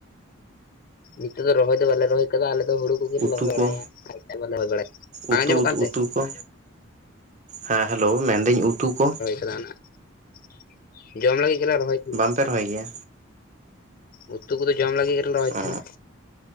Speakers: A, on the left; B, on the right.
A: ᱱᱤᱛᱚᱜ ᱫᱚ ᱨᱚᱦᱚᱭ ᱫᱚ ᱵᱟᱞᱮ ᱨᱚᱦᱚᱭ ᱠᱚᱫᱚ ᱟᱞᱮ ᱫᱚ ᱦᱩᱲᱩ ᱠᱚᱜᱮ ᱞᱮ
B: ᱩᱛᱩ
A: ᱨᱚᱦᱚᱭ ᱵᱟᱲᱟᱭᱟ
B: ᱠᱚ
A: ᱟᱨ ᱵᱟᱝ ᱠᱷᱟᱱ ᱵᱟᱞᱮ ᱨᱚᱦᱚᱭ ᱵᱟᱲᱟᱭᱟ ᱵᱟᱝ
B: ᱩᱛᱩ
A: ᱟᱸᱡᱚᱢᱚᱜ ᱠᱟᱱᱛᱮ
B: ᱩᱛᱩ ᱠᱚ ᱦᱮᱸ ᱦᱮᱞᱳ ᱢᱮᱱ ᱫᱟᱹᱧ ᱩᱛᱩ ᱠᱚ
A: ᱠᱮᱫᱟ ᱱᱟᱜ ᱡᱚᱢ ᱞᱟᱹᱜᱤᱫ ᱜᱮᱞᱮ ᱨᱚᱦᱚᱭ ᱛᱟᱦᱮᱸ
B: ᱵᱟᱝ ᱯᱮ ᱨᱚᱦᱚᱭ ᱜᱮᱭᱟ᱾
A: ᱩᱛᱩ ᱠᱚᱫᱚ ᱡᱚᱢ ᱞᱟᱹᱜᱤᱫ ᱜᱮᱞᱮ ᱨᱚᱦᱚᱭ ᱛᱟᱦᱮᱱᱟ᱾
B: ᱚ